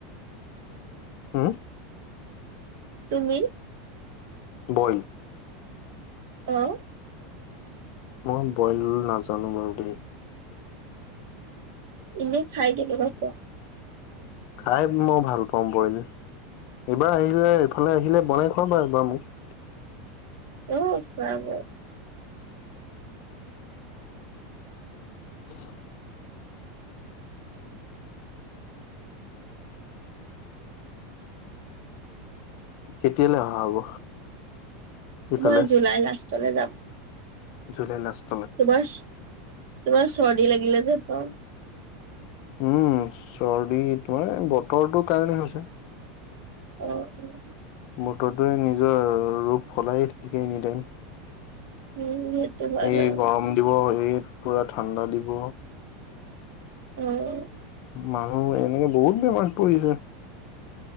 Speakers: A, on the left; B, on the right.
A: হুম?
B: তুমি?
A: বইল।
B: অ'।
A: মই বইল নাজানো বাৰু দেই।
B: এনে খাই কেনেকুৱা পোৱা?
A: খাই মই ভাল পাওঁ বইল। এইবাৰ আহিলে এইফালে আহিলে বনাই খোৱাবা একবাৰ মোক। <inaudible>
B: উম, খোৱাম।
A: উ কেতিয়ালৈ অহা হ'ব? ইফালে
B: মই জুলাই লাষ্টলৈ যাম।
A: জুলাই লাষ্ট
B: তোমাৰ চ- তোমাৰ চৰ্দি লাগিলে যেন পাওঁ।
A: উম, চৰ্দি তোমাৰ বতৰটোৰ কাৰণে হৈছে।
B: অ'।
A: বতৰটোৱে নিজৰ ৰূপ সলায়ে থাকে এনি টাইম।
B: উম সেইটো হয়
A: এই
B: বাৰু
A: গৰম দিব, এই পুৰা ঠাণ্ডা দিব।
B: অ'।
A: মানুহ এনেকে বহুত বেমাৰ পৰিছে।